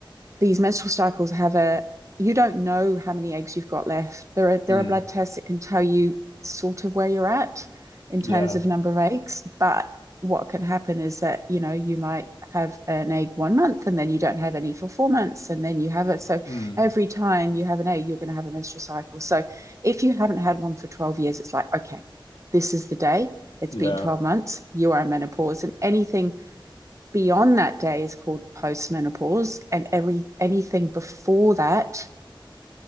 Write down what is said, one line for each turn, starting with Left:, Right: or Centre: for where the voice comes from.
Right: these menstrual cycles have a you don't know how many eggs you've got left. There are there
Left: Mm.
Right: are blood tests that can tell you sort of where you're at in
Left: Yeah.
Right: terms of number of eggs, but what can happen is that you know you might have an egg one month and then you don't have any for four months and then you have it so
Left: Mm.
Right: every time you have an egg you're going to have a menstrual cycle so if you haven't had one for 12 years it's like okay this is the day it's
Left: Yeah.
Right: been 12 months you are in menopause and anything beyond that day is called postmenopause, and every anything before that